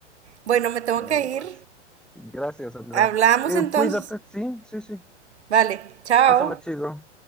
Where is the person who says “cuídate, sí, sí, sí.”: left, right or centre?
Centre